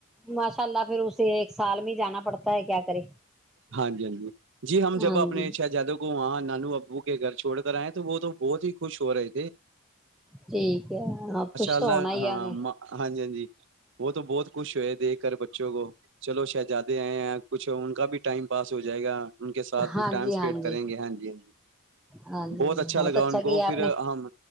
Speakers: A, in the centre; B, on the right.
A: ماشاء اللہ پھر اسے ایک سال میں جانا پڑتا ہے کیا کرے
B: ہاں جی ہاں جی جی ہم
A: ہاں
B: جب اپنے
A: جی
B: شہزادو کو وہاں نانو ابو کے گھر چھوڑ کر آئے تو وہ تو بہت ہی خوش شور آے
A: ٹھیک ہے ہاں کچھ
B: اللہ
A: تو ہونا ہی
B: ہاں
A: ہے ایں
B: ہاں جی ہاں جی وہ تو بہت خوش ہو ہے دیکھ کر بچوں کو چلو جیادے ہیں کچھ ان کا بھی ٹائم پاس ہو جائے گا ان کے ساتھ
A: ہاں
B: ٹائم
A: جی
B: اسپینڈ
A: ہاں
B: کریں
A: جی
B: گے ہاں جی ہاں جی
A: ہاں جی
B: بہت اچھا لگا ان کو
A: کیا
B: پھر
A: آپ نے
B: ہم